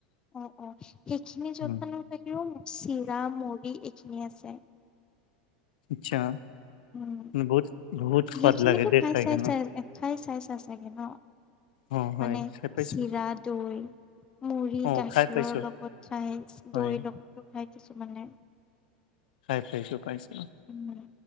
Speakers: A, on the left; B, on the left.
A: অ অ সেইখিনি জলপানৰ
B: উম
A: বাহিৰেও চিৰা মুৰি খিনি আছে।
B: আচ্ছা
A: উম
B: বহুত বহুত সোৱাদ
A: সেইখিনিতো
B: লাগে দেই
A: খাই চাই
B: কেনে।
A: চাই খাই চাই চাই চাগে ন।
B: অ হয়
A: মানে
B: খাই পাইছো
A: চিৰা দৈ, মুড়ি
B: অ
A: গাখীৰৰ
B: খাই পাইছো
A: লগত খাই
B: হয়
A: দৈৰ লগতো খাই কিছুমানে।
B: খাই পাইছোঁ পাইছোঁ
A: উ